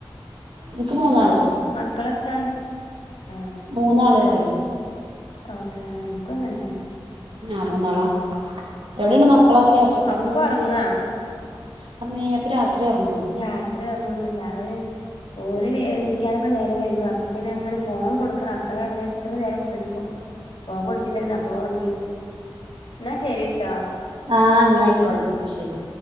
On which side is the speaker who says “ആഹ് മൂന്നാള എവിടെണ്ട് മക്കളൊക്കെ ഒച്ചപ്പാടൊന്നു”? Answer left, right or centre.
Right